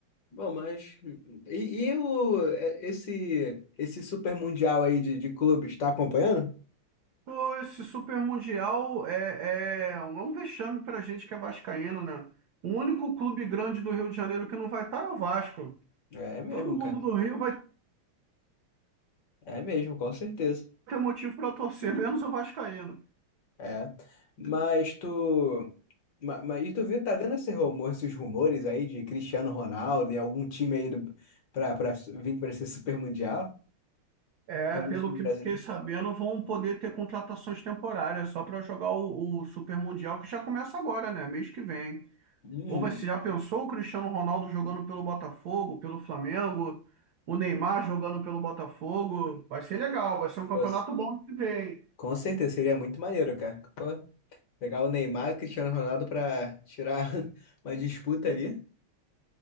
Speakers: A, on the left; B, on the right.
A: Bom, mas e, e o é, esse esse super mundial aí de, de clubes, tá acompanhando?
B: Pô, esse Super Mundial é, é um é um vexame para a gente que é vascaíno, né? O único clube grande do Rio de Janeiro que não vai estar é o Vasco.
A: É mesmo,
B: Todo mundo
A: cara.
B: do Rio vai
A: É mesmo, com certeza.
B: ter motivo para torcer, menos o Vascaíno.
A: É. Mas tu ma- mas, e tu viu, tá vendo esse rumor, esses rumores aí de Cristiano Ronaldo e algum time aí do, pra, pra vir pra esse super mundial?
B: É,
A: Algum
B: pelo
A: time
B: que
A: brasileiro?
B: eu fiquei sabendo, vão poder ter contratações temporárias só para jogar o, o Super Mundial, que já começa agora, né? Mês que vem.
A: Uhum.
B: Ou você já pensou o Cristiano Ronaldo jogando pelo Botafogo, pelo Flamengo, o Neymar jogando pelo Botafogo? Vai ser legal, vai ser um campeonato
A: Pô,
B: bom de se ver. hein?
A: com certeza seria muito maneiro, cara. Pô, pegar o Neymar e o Cristiano Ronaldo pra tirar <laughs> uma disputa ali.